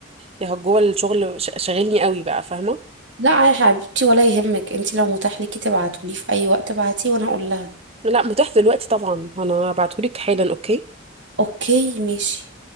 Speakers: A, on the right (about 30°); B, on the right (about 75°).
A: يا جوه الشغل ش- شاغلني قوي بقى فاهمه
B: لا يا حبيبتي ولا يهمك انت لو متاح ليكي تبعتولي في اي وقت ابعتيه وانا اقول لها
A: لا متاح دلوقتي طبعا انا هبعتهولك حالا اوكي
B: اوكي ماشي